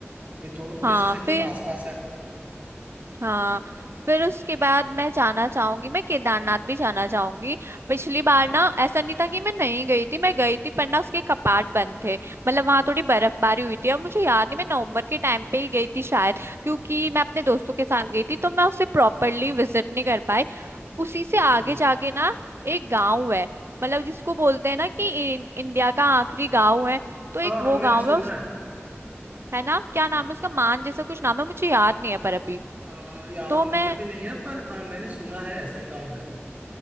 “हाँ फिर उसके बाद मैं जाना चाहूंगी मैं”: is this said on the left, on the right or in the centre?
Right